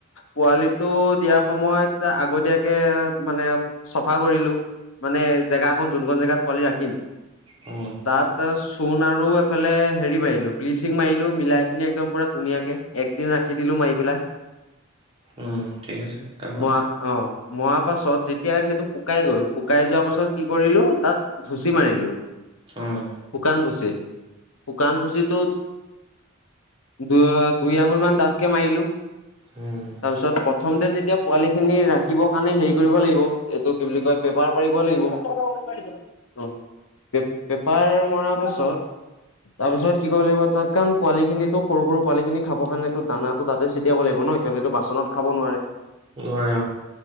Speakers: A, on the left (about 80°); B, on the right (about 25°).
A: পোৱালিটো দিয়াৰ সময়ত আগতীয়াকে মানে। চাফা কৰিলোঁ মানে জেগা অকন যোনখন জেগাত পোৱালি ৰাখিম।
B: অ।
A: তাতে চোণ আৰু এইফালে হেৰি মাৰিলো ব্লিচিং মাৰিলো মিলাই পিনি একদম পুৰা ধুনীয়াকে। একদিন ৰাখি দিলো মাৰি পেলাই।
B: উম, ঠিক আছে। তাৰপা?
A: মৰা অ', মই আকৌ চৰ্ট যি এতিয়া সেইটো শুকাই গ'ল শুকাই যোৱা পাছত কি কৰিলো তাত ভুচি মাৰিলো।
B: অঁ
A: শুকানভুচি, শুকানভুচিটোত দু দুই আঙুল মান ডাঠকে মাৰিলো।
B: হুম'।
A: তাৰপিছত প্ৰথমতে যেতিয়া পোৱালিখিনি ৰাখিবৰ কাৰণে হেৰি কৰিব লাগিব। এইটো কি বুলি কয় পেপাৰ পাৰিব লাগিব। পেপ-পেপাৰ মৰা পাছত তাৰপিছত কি কৰিব লাগিব' তাত কাৰণ পোৱালি খিনিকো সৰু সৰু পোৱালিখিনিক খাব কাৰণেটো দানাত টো তাতে ছটিয়াব লাগিব ন' সেইকাৰণেটো বাচনত খাব নোৱাৰে।
B: নোৱাৰে।